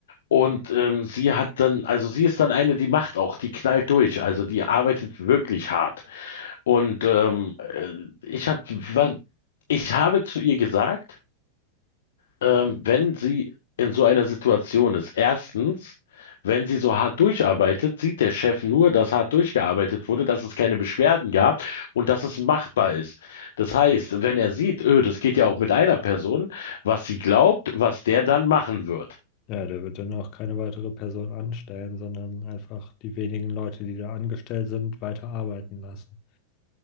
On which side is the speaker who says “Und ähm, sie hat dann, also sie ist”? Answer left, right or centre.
Left